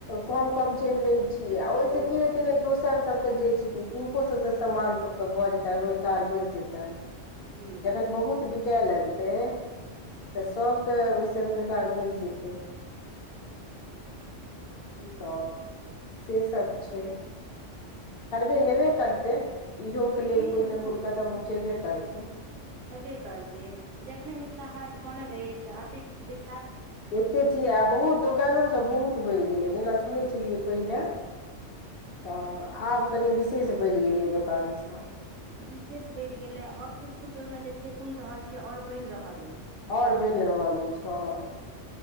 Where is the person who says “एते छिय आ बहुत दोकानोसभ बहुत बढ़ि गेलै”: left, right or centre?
Left